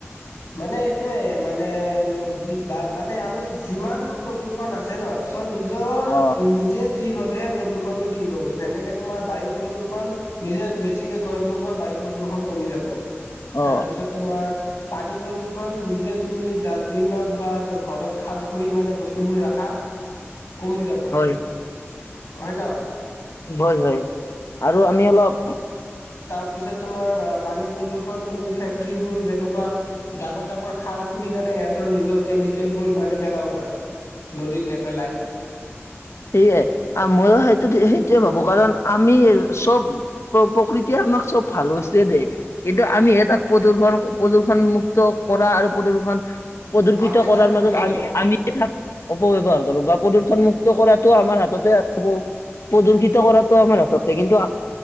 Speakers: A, on the left; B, on the left.
A: মানে এইটোৱে মানে <unintelligible> মানে আমি যিমানবোৰ প্ৰদূ্ষন আছে নহ, চ'ব নিজৰ
B: অ
A: নিজে। ঠিক হলেহে, প্ৰদূষণটো ঠিক হ'ব। যেনেকে, তোমাৰ বায়ু প্ৰদূষণ, নিজে বেছিকে গছ লগোৱা বায়ু। প্ৰদূষণ কমি যাব,
B: অ
A: তাৰপিছত তোমাৰ। পানী প্ৰদূষন নিজে তুমি ডাষ্টবিনত বা ঘৰত খাল খান্দি মানে বস্তুবোৰ ৰাখা।
B: <inaudible>
A: কমি যাব,
B: হয়
A: হয় নহ?
B: হয়, হয় আৰু আমি অলপ।
A: তাৰ পিছত, তোমাৰ পানী প্ৰদূষণ। তুমি ফেক্টৰিবোৰ যেনেকুৱা, ডাঙৰ ডাঙৰ খাল খুৰ। সেইকাৰণে সেহঁতৰ নিজৰ কেমিকেল বোৰ মানে পেলাব পাৰে, নদীত নেপেলাই।
B: সেইয়ে আৰু মোৰ হয়তো সেইটোৱে ভাবো। কাৰণ, আমি চব প্ৰ-প্ৰকৃতিয়ে আমাক চব ভাল বস্তুৱে দেই। কিন্তু, আমিহে তাক। প্ৰদূষন-প্ৰদূষন মুুক্ত কৰা আৰু প্ৰদূষন প্ৰদূষিত
A: আমি এটা
B: কৰাৰ
A: অপব্যৱহাৰ
B: মাজত আমি
A: কৰো
B: আমি তাক অপব্যৱহাৰ কৰো বা প্ৰদূষণমুক্ত কৰাটো আমাৰ হাততে আছে ব প্ৰদূষিত কৰাটো আমাৰ হাততে কিন্তু